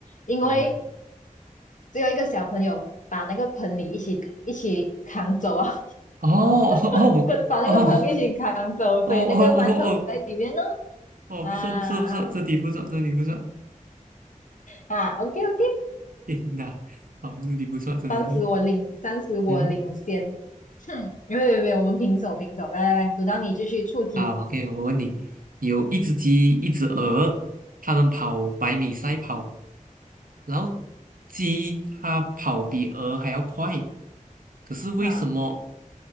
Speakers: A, on the left; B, on the right.
A: 因为
B: 好吧？
A: 只有一个小朋友把那个盆里一起一起扛走啊，
B: 哦哦哦哦哦
A: <laughs> 跟把那个盆一起扛走，
B: 哦哦哦
A: 所以那个馒头在里面呢。
B: 哦，
A: 啊啊
B: 不错不错不错，这题不错，这题不错，
A: 啊！OK OK，
B: 天哪，哦，这题不错，真的是，
A: 暂时我领，暂时我领先。
B: 嗯，
A: 哼，没有没有没有，我们平手平手。来来来，轮到你继续出题
B: 好，OK，我问你，有一只鸡，一只鹅，它们跑百米赛跑。然后鸡它跑比鹅还要快，可是为什么
A: 啊，